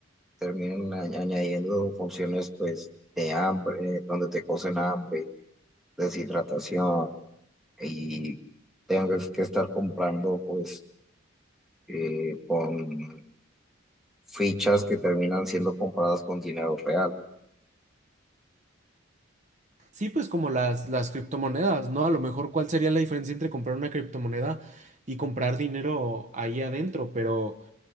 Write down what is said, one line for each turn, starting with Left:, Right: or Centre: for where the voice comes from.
Centre: terminen añ- añadiendo funciones pues de hambre, donde te cocen hambre deshidratación y tengas que estar comprando pues eh, con fichas que terminan siendo compradas con dinero real.
Right: Sí, pues como las, las criptomonedas, ¿no? A lo mejor cuál sería la diferencia entre comprar una criptomoneda y comprar dinero ahí adentro, pero